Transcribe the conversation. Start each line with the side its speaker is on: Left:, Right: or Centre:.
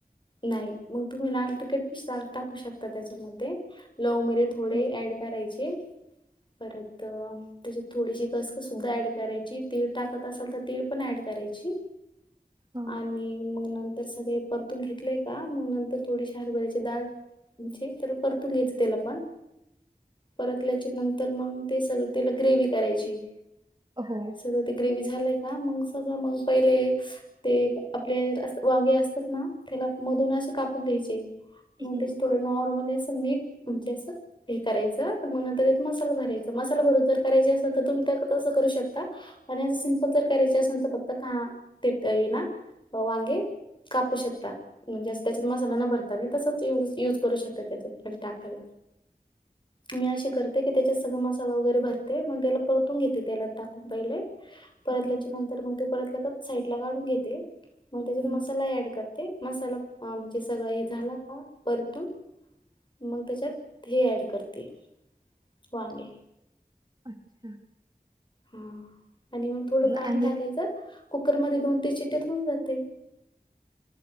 Left: नाही मग तुम्ही लाल तिकीट बी टाकू शकता त्याच्यामध्ये लवमिरे थोडे
Right: हो
Left: ऍड करायचे परत त्याच्यात थोडीशी कस कस सुद्धा ऍड करायची तीळ टाकत असाल तर तीळ पण ऍड करायची
Right: हा
Left: आणि मग नंत तर सगळे परतून घेतलेय का मग नंतर थोडीशी हरभरा्याची डाळ म्हणजे त्याला परतून घ्यायचं त्याला पण परतल्याचे नंतर मग ते सगळं तिला ग्रेव करायची
Right: हो
Left: सगळं ते ग्रेवी झालंय का मग सगळं मग पहिले ते आपले वाघे असतात ना त्याला मधून असे कापू घ्यायचे मग
Right: हम्म,
Left: त्याच थोडं नॉर्मल असं मीठ म्हणजे असं हे करायचं मग मसा भरायचा मसा भरून जर कराय असल तर तुम्ही अस करू शकता. आणिंिमपल.. च्यांत फक्त का ये ना वांगे.. कापू शकता म्हणजे अस त्याच्यात मसाला न भरता आणि तसच युज करू शकता त्याच्या म्हणजे टाकायला.
Right: ह..
Left: मी अशी करते की त्याच्यात सगळ मसाला वगैरे भरते मग त्याला पर.. घेते त्याला टाकून पाहिले परतल्याच्या
Right: हम्म,
Left: नंतर मग ते परत लत साईड ला काढून घेते. मग त्याच्यात
Right: हम्म.
Left: मसाला ऍड करते मसाला म्हणजे सगळं हे झाला का परतून.. मग त्याच्यात हेी ऍड करते वांगे.
Right: अच्छा.
Left: हा आणि मग थोडं
Right: नाही
Left: पाणी
Right: आम्ही
Left: टाकायचं कुकर मध्ये दोन तेीन चिट्ट्या होऊन जात. ते.